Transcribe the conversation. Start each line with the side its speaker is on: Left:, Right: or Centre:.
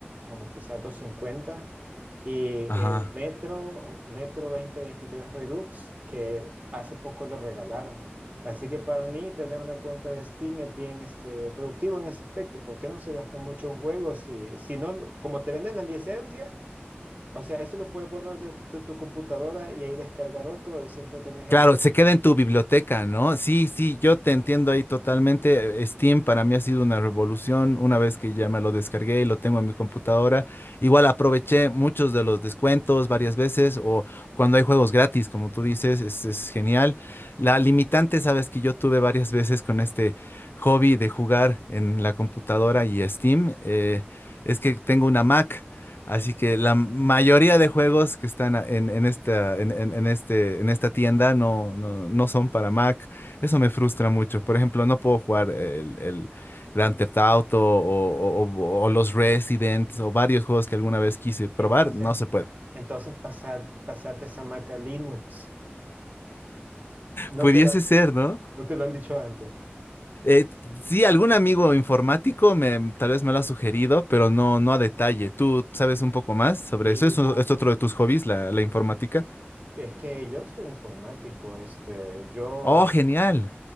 Right: como quizás dos cincuenta y
Left: Ajá.
Right: el Metro, Metro dos mil veintitrés Redux que hace poco lo regalaron. Así que para mí tener una cuenta de Steam es bien este, productivo en ese aspecto, porque no se gastan muchos juegos si, si no, como te venden la licencia, o sea, eso lo puedes borrar de, de tu computadora y ahí descargar otro y siempre tenés
Left: Claro,
Right: el de...
Left: se queda en tu biblioteca, ¿no? Sí, sí, yo te entiendo ahí totalmente. Eh, Steam para mí ha sido una revolución. Una vez que ya me lo descargué y lo tengo en mi computadora, igual aproveché muchos de los descuentos varias veces o cuando hay juegos gratis, como tú dices, es, es genial. La limitante, sabes que yo tuve varias veces con este hobby de jugar en la computadora y Steam, eh, es que tengo una Mac. Así que la mayoría de juegos que están a- en, en esta, en, en- en este, en esta tienda no, no, no son para Mac. Eso me frustra mucho. Por ejemplo, no puedo jugar el, el Grand Theft Auto o, o- o- o los Resident o varios juegos que alguna vez quise probar.
Right: Entonces,
Left: No se puede.
Right: entonces pasar, pasarte esa maca Linux. No
Left: Pudiese
Right: te lo, han-
Left: ser, ¿no?
Right: no te lo han dicho antes.
Left: Eh, sí, algún amigo informático me, tal vez me lo ha sugerido, pero no, no a detalle. ¿Tú sabes un poco más sobre
Right: Sí,
Left: eso? ¿Eso es otro de tus hobbies, la, la informática?
Right: es que yo soy informático, este, yo
Left: Oh, genial.